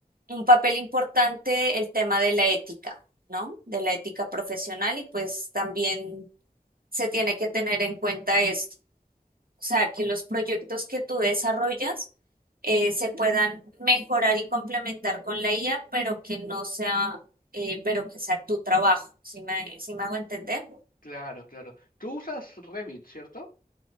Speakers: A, on the right; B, on the left.
A: un papel importante el tema de la ética, ¿no? De la ética profesional y pues también se tiene que tener en cuenta esto. O sea, que los proyectos que tú desarrollas eh, se puedan mejorar y complementar con la IA, pero que no sea, eh, pero que sea tu trabajo, si me, si me hago entender.
B: Claro, claro. Tú usas Revit, ¿cierto?